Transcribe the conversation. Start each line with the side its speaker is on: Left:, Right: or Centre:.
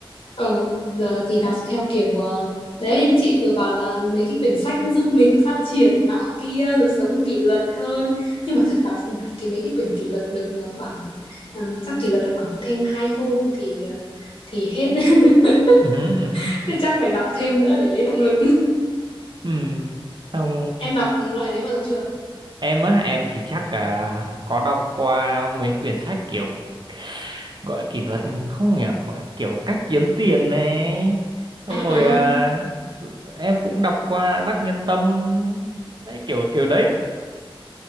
Left: Ừ, giờ thì đọc theo kiểu ờ, đấy chị vừa bảo là mấy cái quyển sách nó giúp mình phát triển nọ kia rồi sống kỷ luật hơn nhưng mà thật đọc cái mấy cái quyển kỷ luật được ờ, khoảng ừm, chắc kỷ luật được khoảng thêm hai hôm thì ờ, thì hết <laughs>
Right: Ừ, ừ,
Left: Thế chắc phải đọc thêm nữa để lấy động lực <laughs>
Right: ừ. không
Left: em đọc loại đấy bao giờ chưa
Right: em á em thì chắc là có đọc qua mấy quyển sách kiểu gọi là kỷ luật không nhỉ gọi là kiểu cách kiếm tiền này xong
Left: à
Right: rồi
Left: à
Right: à, em cũng đọc qua Đắc Nhân Tâm đấy kiểu kiểu đấy